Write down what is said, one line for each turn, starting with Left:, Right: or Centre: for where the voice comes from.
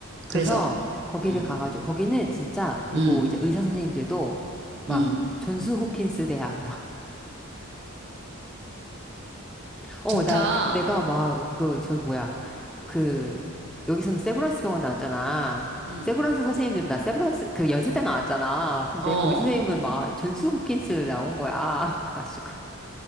Centre: 그래서
Right: 그래서,
Centre: 거기를
Right: 음,
Centre: 가가지고, 거기는 진짜, 그리고
Right: 음,
Centre: 이제 의사 선생님들도 막
Right: 음.
Centre: 존스 호킨스 대학 어,
Right: 좋다.
Centre: 나, 내가 막, 그, 저기 뭐야. 그, 여기서는 세브란스 병원 나왔잖아.
Right: 음,
Centre: 세브란스 선생님들, 나 세브란스, 그 연세 때 나왔잖아. 근데
Right: 어.
Centre: 거기 선생님은 막 존스 홉킨스 나온 거야. <laughs> 그래가지고,